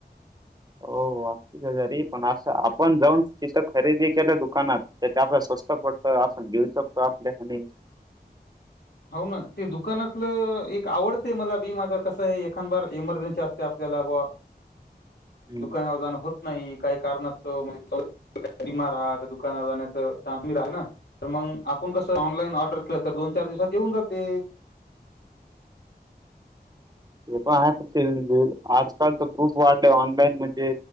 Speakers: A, on the right (about 25°); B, on the left (about 80°).
A: हो हो <inaudible> घरी पण असं आपण जाऊन तिथं खरेदी केलं दुकानात तर ते आपल्या स्वस्त पडत आस. घेऊ शकतो आपल्या हाताने
B: हो ना ते दुकानातलं एक आवडते मला बी माझ कसं आहे एखांद बार एमर्जन्सी असते आपल्याला बुवा.
A: हम्म.
B: दुकानावर जाणं होत नाही काही कारणास्तव म्हणजे बीमार आहे तर दुकानावर जाण्याचा चान्स मी रा ना तर मग आपण कसं ऑनलाईन ऑर्डर केलं तर दोन चार दिवसात येऊन जाते
A: ते पण आहे पण ते <inaudible> आजकाल तर खूप वाढलय ऑनलाईन म्हणजे